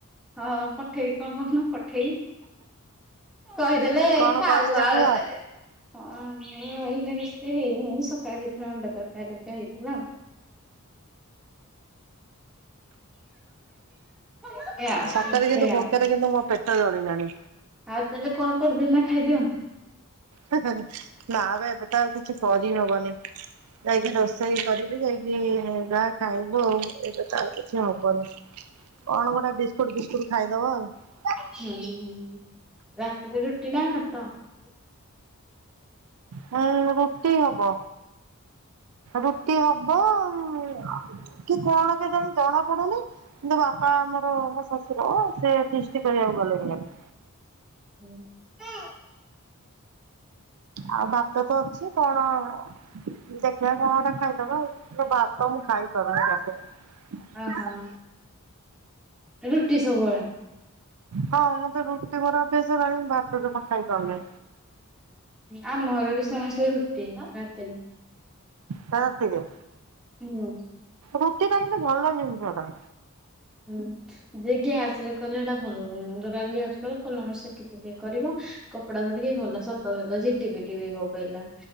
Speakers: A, in the centre; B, on the right.
A: ହଁ ପଠେଇ। କଣ କଣ କହୁନ ପଠେଇ କହିଦେଲେ ଏଇ
B: କଣ
A: ଖାଉ
B: କରିଛ
A: ଆଉ
B: କୁହ
A: ଏ ଏ ହୁଁ ଏଇନେ ରେସପି ହେଇନି ସକାଳ ହେଇଥିଲା ଅଣ୍ଡା ତରକାରି, ଭାତ ହେଇଥିଲା ଆଉ। <unintelligible>
B: ସତରେ କିନ୍ତୁ
A: ସେଇଆ
B: ଭୋକରେ କିନ୍ତୁ ମୋ ପେଟ ଜଳିଲାଣି।
A: ଆଉ ତାହେଲେ କଣ କରିଦେନା ଖାଇଦିଅନ୍ତୁ।
B: ହେ ହଁ ହଁ ନା ବେ ଏବେତ ଆଉ କିଛି କରି ହବନି। ଯାଇକି ରୋଷେଇ କରିବି ଯାଇକି ଯାହା ଖାଇବୁ ଆଉ ଏଇ ତ ଆଉ କିଛି ହବନି। କଣ ଗୋଟେ ବିସ୍କୁଟ୍, ଫିସ୍କୁଟ୍ ଖାଇଦବ ଆଉ
A: ହୁଁ ହୁଁ ରାତିରେ ରୁଟି ନା ଭାତ?
B: ହଁ ରୁଟି ହବ। ରୁଟି ହବ ଅ ଅଁ ଅଁ କି କଣ କେଜାଣି ଜଣା ପଡୁନି। କିନ୍ତୁ ବାପା ଆମର ମୋ ଶ୍ବଶୁର ସେ ଫିଷ୍ଟି କରିବାକୁ ଗଲେଣି ହ୍ୟାଡେ।
A: ହୁଁ ଏଁ।
B: ଆଉ ଭାତ ତ ଅଛି। କଣ ଦେଖ୍ ସିଆ କଣ ଗୋଟା ଖାଇଦଵ ଆଉ ହେଲେ ଭାତ ମୁଁ ଖାଇପାରୁନି ରାତିରେ
A: ଓହୋ ରୁଟି ସବୁବେଳେ?
B: ହଁ ମୋତେ ରୁଟି ପୁରା ଅଭ୍ୟାସ ହେଇଗଲାଣି, ମୁଁ ଭାତ ଜମା ଖାଇପାରୁନି।
A: ଆମ ଘରେ ବି ସମସ୍ତେ ରୁଟି ରାତିରେ।
B: କଣ ଆସଚି ଯେ?
A: ଉଁ ହୁଁ
B: ରୁଟି ଟା କିନ୍ତୁ ଭଲ ଜିନିଷ ଟା।
A: ହୁଁ ଯେ ଗ୍ୟାସ୍ ରେ କଲେ ସେଇଟା ଭଲ୍ ହଉନି। <unintelligible> ଭଲ ନାଗୁନି ସେକିକି କିଏ କରିବ କପଡା ଧରିକି ଭଲ ସତ ସତ ଝିଟି ପିଟି ବି ପ ପଇଲା।